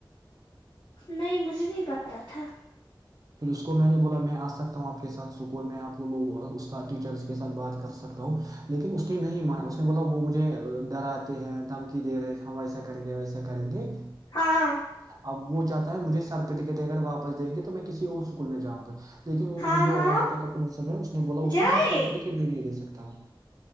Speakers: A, on the left; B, on the right.
A: نہیں مجھے نہیں پتا <inaudible> ا تھا <inaudible>
B: پھر اس کو میں نے بولا میں آ سکتا ہوں آپ کے ساتھ اسکول میں آپ ل استاد ٹیچرس کے ساتھ بات کر سکتاوں <unintelligible> لیکن اس نے نہیں مانا اس نے بولا وہ مجھے ڈراتے ہیں <unintelligible> دمکی دے رہے ہم ایسا کریں گے ویسا کریں گے <unintelligible>
A: ہاں
B: اب <inaudible> وہ چاہتا ہےجھے سر پ ٹ اگر واپ د گی تو میں <unintelligible> کسی اور اسکول میں جاؤں گا تو <unintelligible> لیکن
A: ہاں
B: جو
A: ہاں
B: وہاں پہ کاپسر ہے اس نے بولا
A: جائے
B: اس کو میں سرٹیفکٹ بھی نہیں دے سکتا <unintelligible> بتاؤں <inaudible>